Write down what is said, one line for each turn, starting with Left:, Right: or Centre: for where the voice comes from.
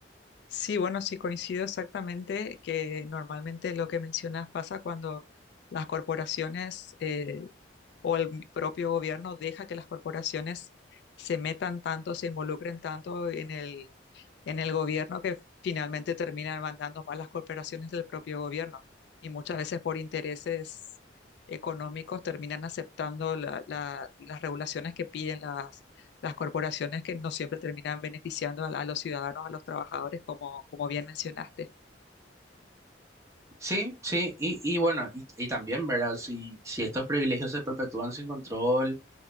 Left: Sí, bueno, sí coincido exactamente que normalmente lo que mencionas pasa cuando las corporaciones eh, o el mi- propio gobierno deja que las corporaciones se metan tanto, se involucren tanto en el, en el gobierno que finalmente terminan mandando más las corporaciones del propio gobierno. Y muchas veces por intereses económicos terminan aceptando la- la- las regulaciones que piden las corporaciones que no siempre terminan beneficiando a, la- a los ciudadanos, a los trabajadores, como, como bien mencionaste.
Right: Sí, sí, y, y bueno, y, y también, ¿verdad? Si, si estos privilegios se perpetúan sin control,